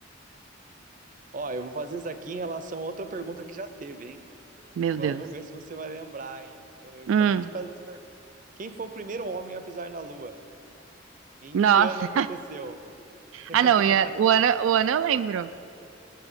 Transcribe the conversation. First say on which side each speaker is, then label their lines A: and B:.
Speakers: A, on the right; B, on the right.
A: Ó, eu vou fazer isso aqui em relação a outra pergunta que já teve, hein?
B: Meu
A: Vamos
B: Deus.
A: ver se você vai lembrar, hein? Eu
B: Hum,
A: acabei de fazer essa pergunta. Quem foi o primeiro homem a pisar na Lua? Em
B: nossa.
A: que ano aconteceu? <laughs>
B: Ah, não, e a- o ano, o ano eu lembro.